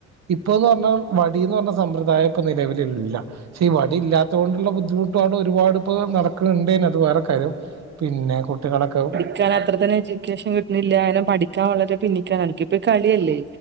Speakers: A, on the right; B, on the right.
A: ഇപ്പ എന്ന് പറഞ്ഞാൽ വടിന്ന് പറഞ്ഞ സമ്പ്രദായം ഇപ്പ നിലവിലുള്ള പക്ഷെഈ വടി ഇല്ലാത്ത കൊണ്ടുള്ള ബുദ്ധിമുട്ടാണ് ഒരുപാട് ഇപ്പോ നടക്കുന്നുണ്ടേന്ന അത് വേറെ കാര്യം പിന്നെ കുട്ടികളൊക്കെ
B: ൻ അത്ര തന്നെ എഡ്യൂക്കേഷൻ കിട്ടുന്നില്ലനെ പഠിക്കാൻ വളരെ പിന്നിക്കൻ എനക്ക്ിപ്പ കളിയല്ലേ